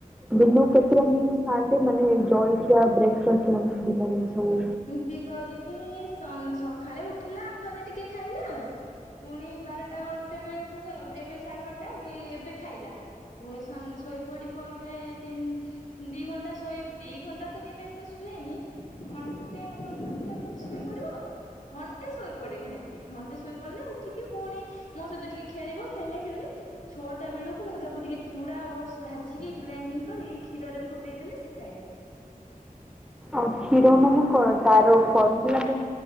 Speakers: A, in the centre; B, on the left.
A: ଦିନ କୁ <unintelligible> ଏସବୁ?
B: ତି କରିକି <unintelligible> ସକାଳେ ଉଠିଲା ଥରେ ଟିକେ ଖାଇଲା। ପୁଣି ବାରଟା ଗୋଟେ ବେଳକୁ ଖାଇବ, ଏବେ ସାଢେ ବାରଟା ଏ ଏବେ ଖାଇଲା। <unintelligible> ଶୋଇପଡିବ ଏବେ ତିନି ଦି ଘଣ୍ଟା ଶୋଇ, ଦି ଘଣ୍ଟା ତ କେବେ ଏତେ ଶୁଏନି, ଘଣ୍ଟେ <unintelligible> ଶୋଇ ପଡିବ, ଘଣ୍ଟେ ଶୋଇପଡେ ନିହାତି। ଘଣ୍ଟେ ଶୋଇ ପଡିଲେ ଉଠିକି ପୁଣି ମୋ ସହିତ ଟିକେ ଖେଳିବ। ଖେଳିଲେ ଖେଳିଲେ ଛଅଟା ବେଳକୁ ମୁଁ ତାକୁ ଟିକେ ଚୁଡା ଓଟସ ଭାଜିକି ଗ୍ରାଇଣ୍ଡିଙ୍ଗ କରିକି କ୍ଷୀରରେ ଫୁଟେଇଦେଲି ସେ ଖାଇଦିଏ।
A: ଆଉ କ୍ଷୀର ମାନେ କଣ ତାର <unintelligible> ମାନେ